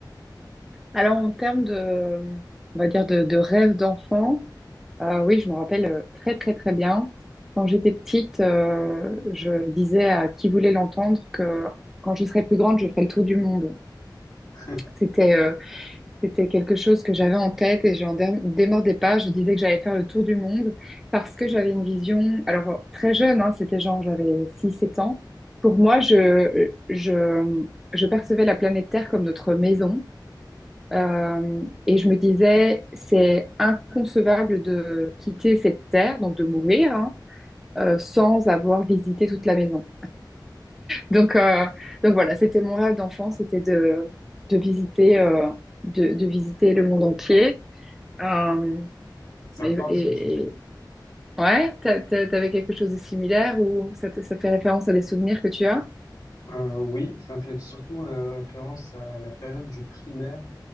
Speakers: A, in the centre; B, on the left.
A: Alors, en termes de, on va dire, de, de rêve d'enfant, euh, oui, je me rappelle euh, très, très, très bien. Quand j'étais petite, euh, je disais à qui voulait l'entendre que quand je serais plus grande, je ferais le tour du monde.
B: <laughs>
A: C'était euh, c'était quelque chose que j'avais en tête et je n'en dé- démordais pas. Je disais que j'allais faire le tour du monde parce que j'avais une vision, alors très jeune, hein, c'était genre j'avais six sept ans. Pour moi, je, je, je percevais la planète Terre comme notre maison. Euh, et je me disais, c'est inconcevable de quitter cette terre, donc de mourir, hein, euh, sans avoir visité toute la maison. Donc, euh, donc voilà, c'était mon rêve d'enfant, c'était de, de visiter, euh, de, de visiter le monde entier. Euh,
B: Ça
A: et,
B: me parle
A: et-
B: ce que tu dis.
A: et- ouais, t'a- t'a- t'avais quelque chose de similaire ou ça, te- ça fait référence à des souvenirs que tu as?
B: Euh, oui, ça me fait surtout euh, référence à la période du primaire.